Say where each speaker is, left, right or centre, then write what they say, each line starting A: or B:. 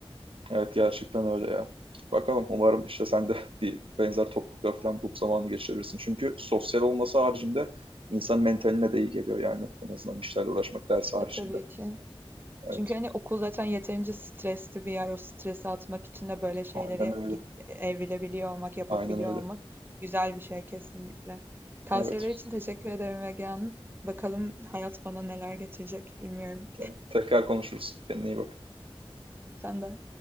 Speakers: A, on the right; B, on the right.
A: Evet gerçekten öyle ya. Bakalım umarım işte sen de <laughs> bir benzer topluluklar falan bulup zamanını geçirebilirsin. Çünkü sosyal olması haricinde insan mentaline de iyi geliyor yani. En azından bir işlerle uğraşmak ders haricinde.
B: E tabii ki.
A: Evet.
B: Çünkü hani okul zaten yeterince stresli bir yer. O stresi atmak için de böyle şeylere
A: Aynen öyle.
B: gid- evrilebiliyor olmak, yapabiliyor
A: Aynen öyle.
B: olmak güzel bir şey kesinlikle. Tavsiyeler
A: Evet.
B: için teşekkür ederim Ege Hanım. Bakalım hayat bana neler getirecek bilmiyorum.
A: Tamam. Tekrar konuşuruz. Kendine iyi bak.
B: Sen de.